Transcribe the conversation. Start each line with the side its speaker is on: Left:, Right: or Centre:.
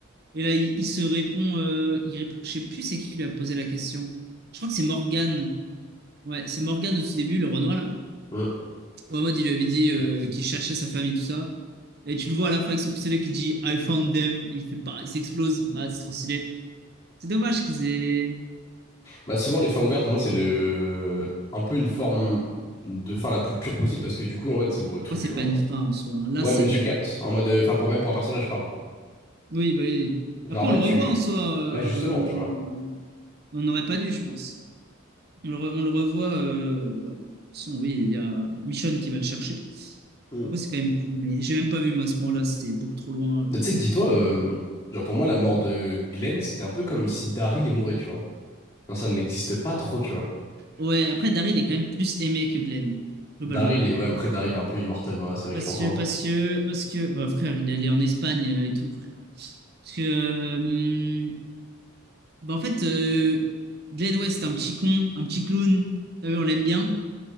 Right: Et là, il, il se répond, euh, il répond. Je sais plus c'est qui qui lui a posé la question. Je crois que c'est Morgan. Ouais, c'est Morgan au tout début, le Renoir là.
Left: hmm.
Right: Où Ahmad, il lui avait dit euh, qu'il cherchait sa famille, tout ça. Et tu le vois à la fin avec son pistolet qui dit I found them. Il fait pas, il s'explose. Bah, c'est trop stylé. C'est dommage qu'ils aient
Left: bah, souvent, les fins ouvertes, pour moi, c'est le. Un peu une forme de fin la plus pure possible parce que du coup, en fait, ça ouvre tout,
Right: Après, c'est
Left: tu vois.
Right: pas une fin en soi. hein. Là,
Left: Ouais,
Right: c'est.
Left: mais tu captes, en mode, euh, enfin, pour même pour un personnage, je parle.
Right: Oui, bah oui.
Left: Genre,
Right: Après,
Left: en fait,
Right: on le
Left: tu.
Right: revoit en soi. euh,
Left: Bah, justement, tu vois.
Right: On n'aurait pas dû, je pense. On le, re- on le revoit. euh, bah, de toute façon, oui, il y a Michonne qui va le chercher.
Left: Hmm.
Right: Après, c'est quand même cool. Mais j'ai même pas vu, moi, à ce moment-là. C'était beaucoup trop loin. euh.
Left: Tu sais que dis-toi, euh, genre, pour moi, la mort de Glenn, c'était un peu comme si Daryl est mourait, tu vois. Genre, ça n'existe pas trop, tu vois.
Right: Ouais, après, Daryl est quand même plus aimé que Glenn, globalement.
Left: Daryl est. Ouais, après, Daryl est un peu immortel dans la série,
Right: Parce
Left: je pense.
Right: que,
Left: hein.
Right: parce que, parce que, bah, frère, il est allé en Espagne euh, et tout, frère. Parce que, euh, Bah, en fait, euh, Glenn West, c'est un petit con, un petit clown. T'as vu, on l'aime bien.